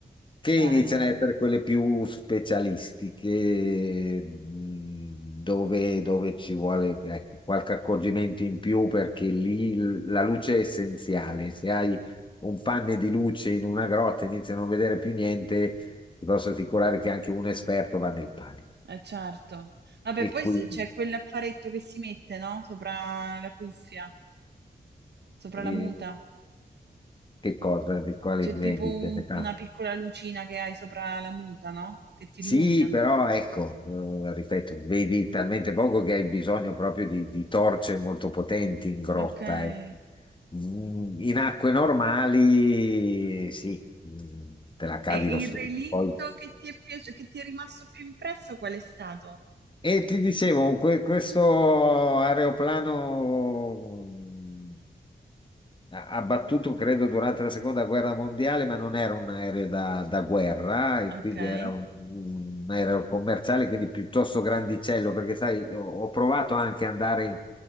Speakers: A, on the left; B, on the right.
A: che iniziano
B: Bello,
A: a essere quelle più specialistiche, mh, dove, dove ci vuole ecco, qualche accorgimento in più, perché lì l- la luce è essenziale. Se hai un panne di luce in una grotta, inizi a non vedere più niente, ti posso assicurare che anche un esperto va nel panico.
B: eh certo. Vabbè,
A: E
B: poi
A: quindi,
B: se c'è quell'affaretto che si mette, no? Sopra la cuffia, sopra
A: eh,
B: la muta.
A: che cosa, di quale
B: C'è
A: vendite
B: tipo un-
A: ne parli?
B: una piccola lucina che hai sopra la muta, no? Che ti
A: Sì,
B: illumina.
A: però ecco, eh, ripeto, vedi talmente poco che hai bisogno proprio di, di torce molto potenti in grotta.
B: Ok. E,
A: ecco. Mm, In acque normali, sì, mm, te la cavi
B: e
A: lo
B: il
A: stesso.
B: relitto
A: Poi
B: che ti è piaciuto, che ti è rimasto più impresso, qual è stato?
A: E ti dicevo, que- questo aeroplano mh, a- abbattuto credo durante la seconda guerra mondiale, ma non era un aereo da, da guerra, e
B: Okay,
A: quindi era un, un aereo commerciale, quindi piuttosto grandicello, perché sai, ho, ho provato anche ad andare in